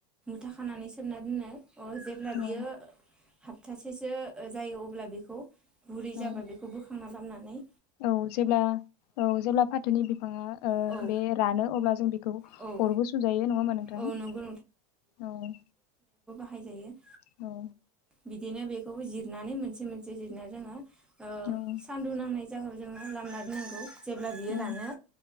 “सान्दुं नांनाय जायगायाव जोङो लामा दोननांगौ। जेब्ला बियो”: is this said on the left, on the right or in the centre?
Centre